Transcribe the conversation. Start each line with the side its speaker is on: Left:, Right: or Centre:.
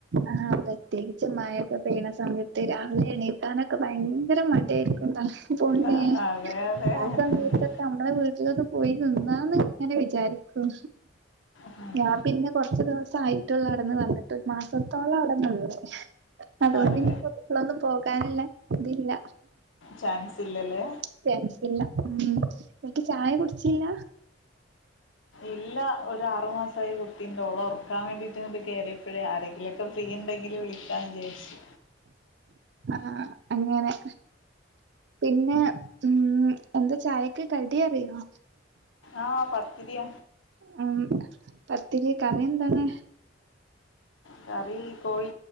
Right: ആഹ് പ്രത്യേകിച്ച് മയൊക്കെ പെയ്യ്ണ സമയത്ത് രാവിലെ എണീക്കാനൊക്കെ ഭയങ്കര മടിയാരിക്കും പോണില്ലേ
Left: ആ, അതെ അതെ
Right: ആസമയത്ത്
Left: ഉം,
Right: നമ്മളെ വീട്ട്ലൊന്ന് പോയി നിന്നാന്ന് ങ്ങനെ വിചാരിക്കും
Left: ഉം,
Right: ഞാ പിന്നെ കൊറച്ച് ദിവസആയിട്ടൊള്ളു അവടെന്ന് വന്ന്ട്ട് മാസത്തോളം അവടെ നിന്ന് അത്കൊണ്ട്
Left: അതെ
Right: ഇനിപ്പം ഇപ്ലഒന്നും പോകാന്ള്ള ഇതില്ല
Left: ചാൻസില്ലല്ലേ
Right: ച്ചാൻസില്ല മ് ന്ന്ട്ട് ചായ കുടിച്ചില്ല
Left: ഇല്ല ഒര് ആർമാസായി കുടി ട്ടിണ്ട് ഓളെ ഒറക്കാ വേണ്ടിട്ട് ഇണ്ട് കേറിയപ്പഴേ ആരെങ്കിലൊക്കെ ഫ്രീ ഇണ്ടെങ്കിൽ വിളിക്കാന്ന് വിചാരിച്ച്
Right: ആഹ് അങ്ങനെ പിന്നെ മ് എന്താ ചായക്ക് കടിഅറിയോ
Left: ആഹ് പത്തിരിയ
Right: ഉം പത്തിരി കറി എന്താണ്
Left: കറി കോഴി